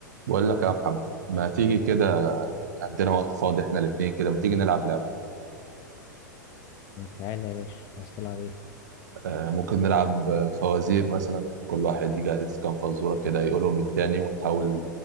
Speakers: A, on the right; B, on the left.
A: بقول لك يا محمد ما تيجي كده عندنا وقت فاضي احنا الاثنين كده ما تيجي نلعب لعبة
B: تعالى يا باشا عايز تلعب ايه؟
A: آه ممكن نلعب آه، فوازير مثلا كل واحد يجهز كام فزورة كده يقولهم للتاني ونحاول